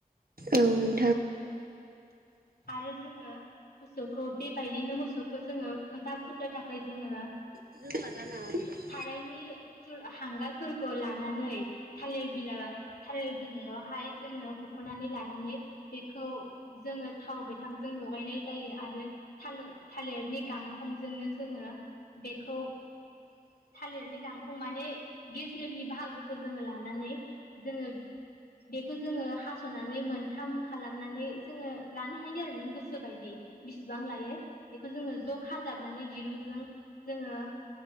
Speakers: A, on the right (about 70°); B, on the left (about 80°).
A: औ नों
B: आरो आरो जोङो मोसौखौ बेबायदिनो मोसौखौ जोङो फोथा फुननो थाखाय जोङो
A: <unintelligible> मला ना बेलाइ
B: सारायनि फु हांगारफोरखौ लानानै थालिर बिलाइ थालिर बिलाइयावहाय जोङो हख'नानै लानानै बेखौ जोङो थाव गोथांजों लगायनाय जायो आरो थाल थालिरनि गांखंजोंनो जोङो बेखौ थालिरनि गांखं माने गेजेरनि बाहागोखौ जोङो लानानै जोङो बेखौ जोङो हास'नानै मोनथाम खालामनानै जोङो लानो हायो आरो नों गोसो बायदि। बिसिबां लायो बेखौ जोङो ज' खाजाबनानै दिरुंजों जोङो